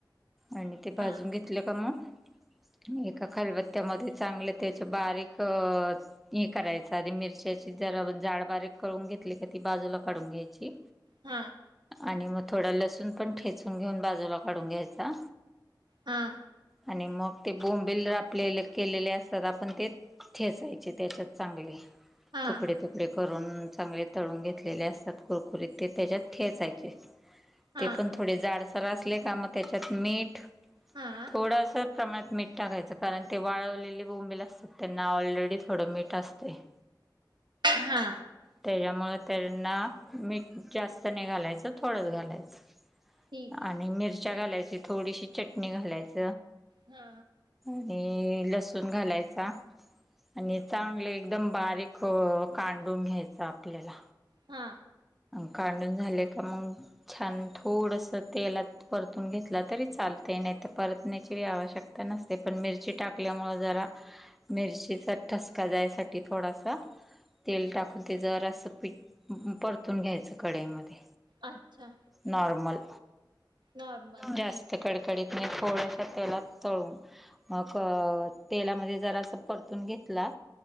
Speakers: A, in the centre; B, on the right.
A: आणि ते भाजून
B: हा
A: घेतलं का मग एका खलबत्त्यामध्ये चांगलं त्याच बारीक हे करायच आधी मिरच्याची जरा जाड बारीक करून घेतली का ती बाजूला काढून घ्यायची
B: हम्
A: आणि मग थोडा लसूण पण ठेचून घेऊन बाजूला काढून घ्यायचा
B: हम
A: आणि मग ते बोंबिल आपले केलेले असतात आपण ते ठेचायचे त्याच्यात चांगले
B: हा
A: तुकडे तुकडे करून चांगले तून घेतले असतात कुकुरीत त्याच्यात ठेचायचे
B: हा
A: ते पण थोडे जाड स असले का मग त्याच्यात मीठ
B: हा
A: थोडंसं प्रमाणात मीठ टाकायचं कारण ते वाळवलेले बोंबेल असतात त्यांना ऑलरेडी थोडं मीठ असते हम्
B: हा
A: त्याच्यामुळे त्यांना मीठ जास्त नाही घालायचं थोडंच घालायचं
B: ठीक आहे
A: आणि मिरच्या घालायची थोडीशी चटणी घालायच
B: हा
A: आणि लसूण घालायचा आणि चांगले एकदम बारीक कांडून घ्यायच आपल्याला
B: हा
A: कांडून झाले का मग छान थोडस तेलात परतून घेतला तरी चालत ते नाही तर परतण्याची आवश्यकता नसते पण मिरची टाकल्यामुं जरा मिरचीचा ठसका जायसाठी थोडासा तेल टाकून ते जर असं पिठ परतून घ्यायचं कढईमध्ये
B: अच्छा
A: नॉर्मल
B: नॉर्मल
A: जास्त
B: ठीक आहे
A: कडकडीत नाही थोड्या त्या तेलात तळून मग तेलामध्ये जरा अस परतून घेतला